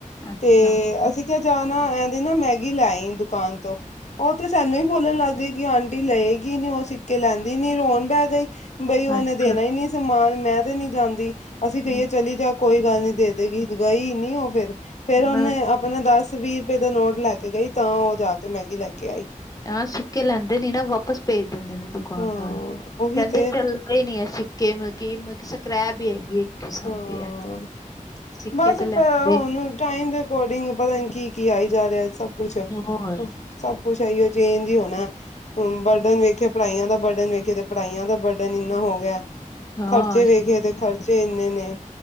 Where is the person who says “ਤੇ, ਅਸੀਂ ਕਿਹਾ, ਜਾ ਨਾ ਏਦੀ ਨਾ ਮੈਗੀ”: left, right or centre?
Left